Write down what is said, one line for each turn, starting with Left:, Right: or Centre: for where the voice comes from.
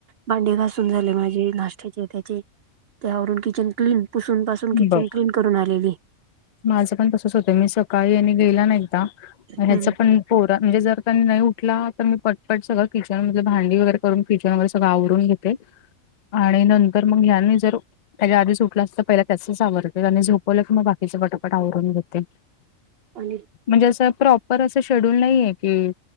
Right: भांडी घासून झाले माझे नाष्ट्याचे त्याचे त्यावरून की चन क्लीन पुसून पासून किचन
Left: बघ.
Right: क्लीन करून आलेली.
Left: माझं पण तसच होतंय. मी सकाळी आणि गेला ना एकदा
Right: हम्म
Left: म ह्याच पण पोरा म्हणजे जर त्यांनी नाही उठला तर मी पटपट सगळं किचन मधल भांडी वगैरे करून किचन वगर सगळंवरून घे ते आणि नंतर मग ह्याने जर त्याच्या आधी ऊटला असला तर पहिला त्यासच आवरते आणि झोपवलं की मग बाकी च पटापटा आवरून घेते.
Right: आणि
Left: म्हणजे असं प्रॉपर असं शेड्यूल नाहीये की